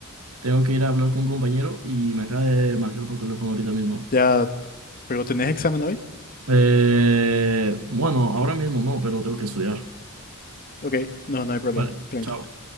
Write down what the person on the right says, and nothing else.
Tengo que ir a hablar con un compañero y me acaba de marcar por teléfono ahorita mismo.
Eh, bueno, ahora mismo no, pero tengo que estudiar.
Vale,
chao.